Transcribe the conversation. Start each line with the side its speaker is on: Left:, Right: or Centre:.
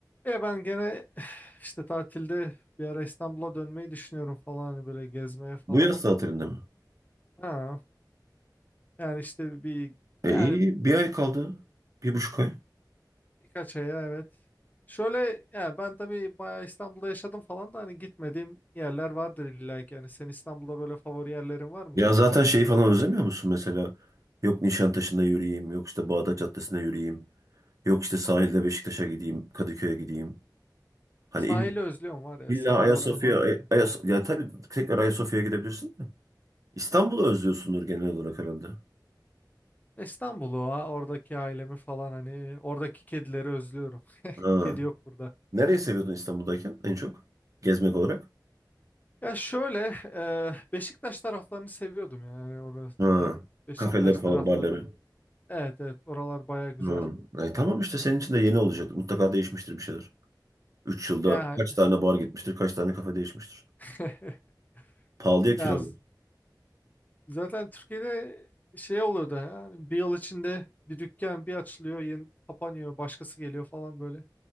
Left: Ya ben gene <sighs> işte tatilde bir ara İstanbul'a dönmeyi düşünüyorum falan hani böyle gezmeye falan.
Right: Bu yaz tatilinde mi?
Left: Ha, yani işte bir
Right: E
Left: yani
Right: iyi bir ay kaldı. Bir buçuk ay.
Left: birkaç aya evet. Şöyle yani ben tabii bayağı İstanbul'da yaşadım falan da hani gitmediğim yerler vardır illa ki. Yani senin İstanbul'da böyle favori yerlerin var mı
Right: Ya
Left: gezmek
Right: zaten
Left: için?
Right: şeyi falan özlemiyor musun mesela? Yok Nişantaşı'nda yürüyeyim. Yok işte Bağdat caddesine yürüyeyim. Yok işte sahilde Beşiktaş'a gideyim. Kadıköy'e gideyim. Hani
Left: Sahili
Right: il,
Left: özlüyorum var ya
Right: illa
Left: sahil
Right: Ayasofya.
Left: ortamı harbiden.
Right: Ay, Ayas- ya tabii tekrar Ayasofya'ya gidebilirsin de. İstanbul'u özlüyorsundur genel olarak herhalde.
Left: E, İstanbul'u ha, oradaki ailemi falan hani oradaki kedileri özlüyorum. <laughs>
Right: Ha.
Left: Kedi yok burada.
Right: Nereyi seviyordun İstanbul'dayken en çok? Gezmek olarak.
Left: Ya şöyle e, Beşiktaş taraflarını seviyordum yani orası
Right: Ha.
Left: ge- Beşiktaş
Right: Kafeler
Left: tarafları.
Right: falan, barları.
Left: Evet evet oralar baya güzel.
Right: Ha. E, tamam işte senin için de yeni olacak. Mutlaka değişmiştir bir şeyler. 3 yılda
Left: Ya
Right: kaç tane bar gitmiştir, kaç tane kafe değişmiştir.
Left: <laughs>
Right: Pahalıya kiralı.
Left: ya z- zaten Türkiye'de şey oluyordu yani bir yıl içinde bir dükkan bir açılıyor yeni kapanıyor başkası geliyor falan böyle.